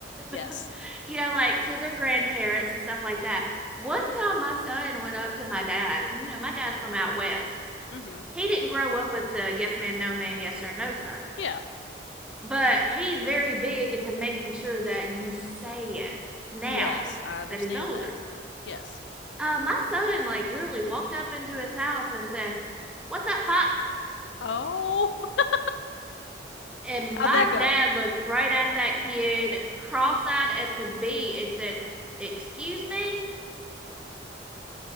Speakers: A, on the left; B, in the centre.
A: Yes.
B: <laughs> you know like to their grandparents and stuff like that. One time, my son went up to my dad, and you know my dad's from out west,
A: Mm hmm.
B: he didn't grow up with the yes ma'am, no ma'am, yes sir, no sir.
A: Yeah.
B: But he's very big into making sure that you say it now
A: Yes, I understand
B: that he's older.
A: that. Yes.
B: Uh, my son like literally walked up into his house and said, "What's up, pops?"
A: Oh, <laughs>
B: And
A: how'd
B: my
A: that
B: dad
A: go?
B: looked right at that kid, cross-eyed as could be, and said, "Excuse me."